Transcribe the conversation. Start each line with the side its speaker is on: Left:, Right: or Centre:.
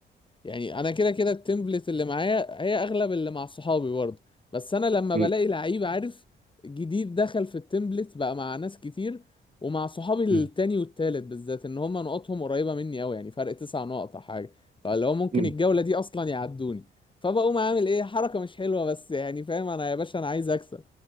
Left: يعني انا كده كده التمبلت اللي معايا هي اغلب اللي مع صحابي برضه بس انا لما
Right: مم.
Left: بلاقي لعيب عارف جديد دخل في التمبلت بقى مع ناس كتير ومع صحابي التاني
Right: مم.
Left: والتالت بالذات ان هم نقطهم قريبة مني قوي يعني فرق تسع نقط او حاجة فاللي هو ممكن
Right: مم.
Left: الجولة دي اصلا يعدوني فبقوم عامل ايه حركة مش حلوة بس يعني فاهم انا يا باشا انا عايز اكسب